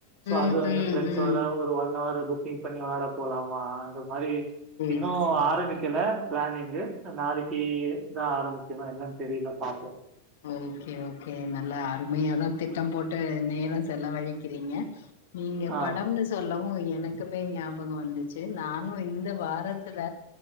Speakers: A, on the right; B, on the left.
A: சோ அது
B: ஓகே
A: வந்து
B: ம்
A: ஃபிரெண்சோட
B: ம் ம்
A: ஒரு ஒன் அவர் புக் பண்ணி விளாட போலாமா அந்த மாரி
B: சேரி
A: இன்னும்
B: சேரி
A: ஆரம்பிக்கல பிளானிங்கு நாளைக்கு கி தான் ஆரம்பிக்கனும் என்னனு தெரியல பாப்போ
B: ஓகே ஓகே நல்லா அருமையாதான் திட்டம் போட்டு நேரம் செல வழிக்கிறீங்க நீங்க
A: ஆ,
B: படம்னு சொல்லவு எனக்குமே ஞாபக வந்துச்சு நானு இந்த வாரத்துல